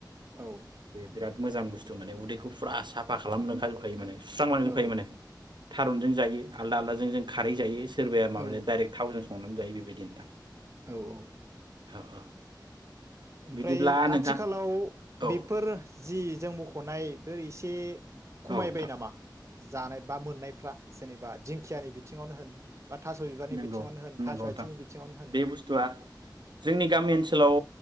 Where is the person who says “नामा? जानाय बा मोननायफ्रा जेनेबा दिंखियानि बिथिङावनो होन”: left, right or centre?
Right